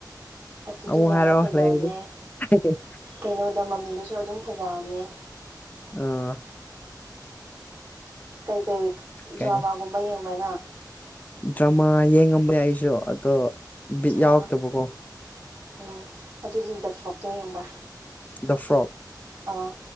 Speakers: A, on the right; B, on the left.
A: ꯑꯗꯨꯗꯣ
B: ꯑꯃꯨꯛ
A: ꯌꯦꯡꯉꯣ
B: ꯍꯥꯏꯔꯛꯑꯣ
A: ꯐꯖꯕꯅꯦ
B: ꯂꯩꯔꯗꯤ ꯍꯤ ꯍꯥ
A: ꯀꯩꯅꯣꯗ ꯃꯃꯤꯗꯨꯁꯨ ꯑꯗꯨꯝ ꯐꯖꯝꯅꯦ
B: ꯑꯣ
A: ꯀꯩꯀꯩ
B: ꯀꯩ
A: ꯗ꯭ꯔꯃꯥꯒꯨꯝꯕ ꯌꯦꯡꯕ꯭ꯔ ꯅꯪ
B: ꯗ꯭ꯔꯃꯥ ꯌꯦꯡꯉꯝꯕ ꯌꯥꯏ ꯑꯩꯁꯨ ꯑꯗꯣ ꯕꯤꯠ
A: ꯑꯠꯆꯥ
B: ꯌꯥꯎꯇꯕꯀꯣ
A: ꯎꯝ ꯑꯗꯨꯗꯤ ꯗ ꯐ꯭ꯂꯣꯞꯇꯣ ꯌꯦꯡꯕ꯭ꯔꯥ
B: ꯗ ꯐ꯭ꯔꯣꯞ
A: ꯑꯥꯎ